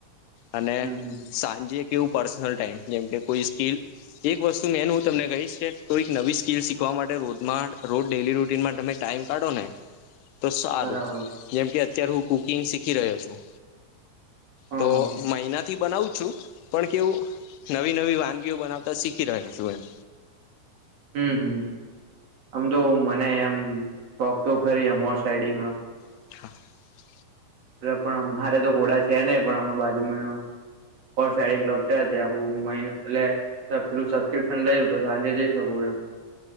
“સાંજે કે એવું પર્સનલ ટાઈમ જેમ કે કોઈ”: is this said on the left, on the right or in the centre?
Left